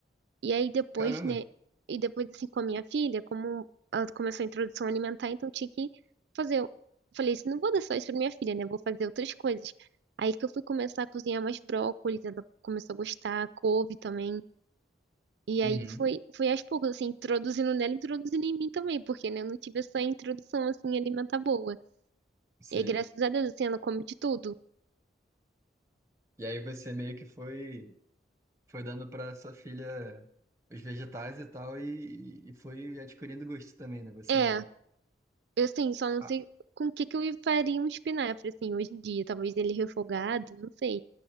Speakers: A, on the right; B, on the right.
A: E aí depois,
B: Caramba!
A: né? E depois, assim, com a minha filha, como ela começou a introdução alimentar, então eu tinha que fazer. Eu falei assim, não vou dar só isso pra minha filha, né? Vou fazer outras coisas. Aí que eu fui começar a cozinhar mais brócolis, ela começou a gostar, couve também. E aí
B: Uhum,
A: foi, foi aos poucos, assim, introduzindo nela, introduzindo em mim também, porque, né, eu não tive essa introdução, assim, alimentar boa.
B: sei.
A: E aí, graças a Deus, assim, ela come de tudo.
B: E aí você meio que foi, foi dando pra sua filha os vegetais e tal, e, e foi adquirindo gosto também, né? Você
A: É,
B: mesmo.
A: eu, assim, só não
B: Ah,
A: sei com o que que eu faria um espinafre, assim, hoje em dia. Talvez ele refogado, não sei.